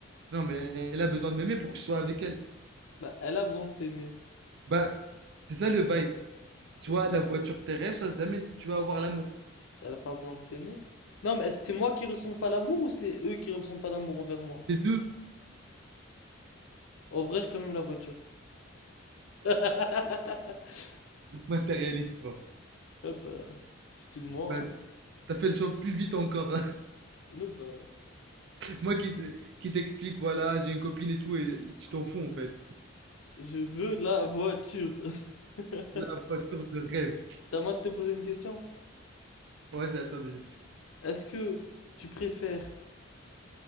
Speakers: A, on the right; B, on the left.
A: Non, mais elle a besoin de m'aimer pour que je sois avec elle.
B: Bah, elle a besoin de t'aimer.
A: Bah, c'est ça le bail. Soit
B: Ok.
A: la voiture de tes rêves, soit jamais tu vas avoir l'amour.
B: Elle a pas besoin de t'aimer. Non, mais est-ce que c'est moi qui ressens pas l'amour ou c'est eux qui ressentent pas l'amour envers moi?
A: Les deux
B: En vrai, j'ai quand même la voiture. <laughs>
A: matérialistes, toi.
B: Ah bah, excuse-moi,
A: Bah,
B: hein.
A: t'as fait le choix plus vite encore.
B: Mais bah,
A: Moi qui te- qui t'explique, voilà, j'ai une copine et tout, et tu t'en fous en fait.
B: je veux la voiture. <laughs>
A: Là, voiture de rêve.
B: C'est à moi de te poser une question.
A: Ouais, c'est à toi, BG.
B: Est-ce que tu préfères